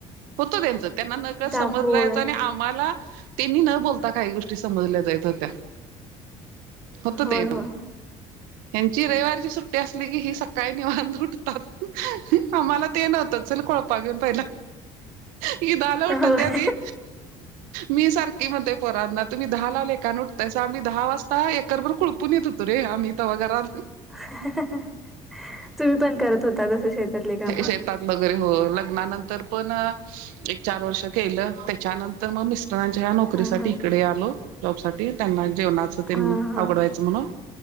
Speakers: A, on the right; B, in the centre.
A: होत त्यांच त्यांना नकळ
B: दाखव
A: समजला
B: होय
A: यायचं आणि आम्हाला त्यांनी न बोलता काही गोष्टी समजल्या जायत होत्या होत
B: होय
A: ते पण
B: होय
A: ह्यांची रविवारची सुट्टी असली की ही सकाळी नि वाां उठतात आम्हाला ते नव्हत चल कोळपा घेऊन पाहिला हि दल उठतात
B: होय
A: त्या ती मी सारखी मध्ये पोरांना तुम्ही द ला आले एका आम्ही दहा वाजता एकरभर खुळपून येत होतो रे आम्ही ते्हा घरात
B: <inaudible> पण करत होता तसं शेतातली कामं
A: शेतात वगैरे हो लग्नानंतर पण एक चार वर्ष केलं त्याच्यानंतर मग मिस्टरांच्या ह नोकरीसाठी
B: हा हा
A: इकडे आलो. जॉब साठी त्यांना जेवणाच ते
B: हा हा
A: आवडवायचं म्हणून